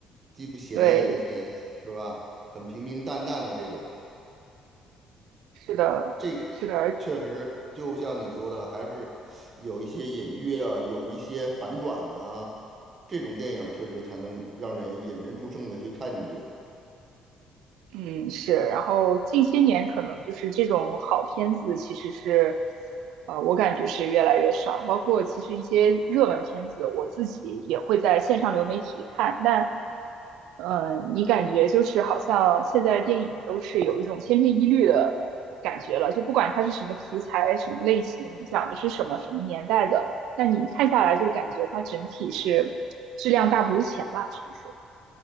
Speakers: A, on the right; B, on the right.
A: 既不咸也不甜，
B: 对，
A: 是吧？很平平淡淡的这种，
B: 是的，
A: 这个
B: 是的，而
A: 确实就像你说的，还是有一些隐喻啊，有一些反转呐，这种电影确实才能让人引人入胜的去看进去。
B: 嗯，是，然后近些年可能就是这种好片子，其实是，呃，我感觉是越来越少。包括其实一些热门片子，我自己也会在线上流媒体看。但，呃，你感觉就是好像现在电影都是有一种千篇一律的感觉了，就不管它是什么题材、什么类型、讲的是什么、什么年代的，但你一看下来就感觉它整体是质量大不如前吧，只能说。